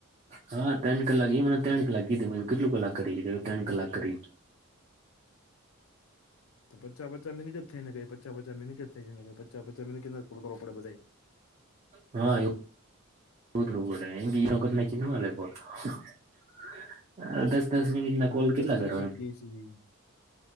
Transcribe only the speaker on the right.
હા ત્રણ કલાક એ મને ત્રણ કલાક કીધું કેટલું કલાક કરી કીધું ત્રણ કલાક કરી.
હા એવું <unintelligible> દસ મિનિટ ના કોલ
કેટલા
કરવા?